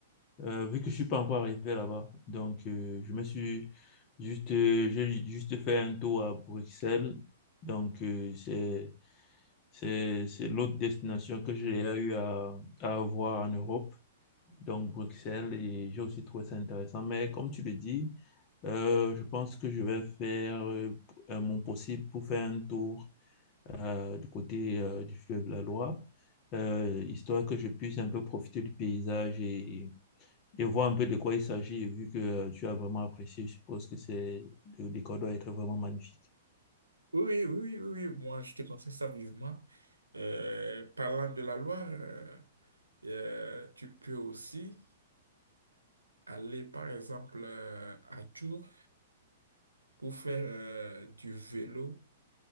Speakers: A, on the left (about 35°); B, on the right (about 80°).
A: euh, vu que je suis pas encore arrivé là-bas. Donc, euh, je me suis juste, euh, j'ai juste fait un tour à Bruxelles. Donc, euh, c'est C'est, c'est l'autre destination que j'ai déjà eu à, à avoir en Europe, donc Bruxelles, et j'ai aussi trouvé ça intéressant. Mais comme tu le dis, euh, je pense que je vais faire euh, euh, mon possible pour faire un tour euh, du côté euh, du fleuve la Loire, euh, histoire que je puisse un peu profiter du paysage et, et voir un peu de quoi il s'agit, vu que euh, tu as vraiment apprécié, je suppose que c'est, le décor doit être vraiment magnifique.
B: Oui, oui, oui, oui, oui, moi, je te conseille ça vivement. Euh, parlant de la Loire, euh, euh, tu peux aussi aller, par exemple, euh, à Tours pour faire euh, du vélo